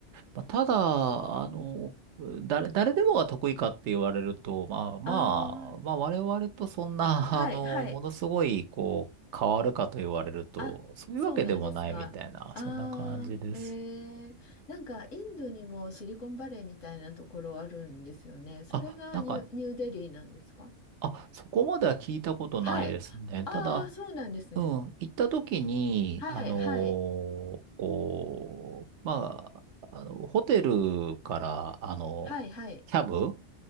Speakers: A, on the right; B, on the left.
A: まあ、ただ、あの、誰、誰でもが得意かって言われると、まあまあ、
B: ああ、
A: まあ我々とそんな、
B: はい、
A: <laughs> あの、
B: はい。
A: ものすごい、こう、変わるかと言われると、
B: あ、
A: そういうわけでもないみたいな、
B: そうなんですか。ああ、
A: そんな感じです。
B: えー、なんかインドにもシリコンバレーみたいなところあるんですよね。それがニュ、
A: あ、なんか、
B: ニューデリーなんですか
A: あ、そこまでは聞いたことないですね。
B: はい。ああー、
A: ただ、
B: そうなんですね。
A: うん、行った時に、
B: はい、
A: あのー
B: はい、
A: こう、まあ、あの、ホテルから、あの、
B: はい、はい、
A: キャブ、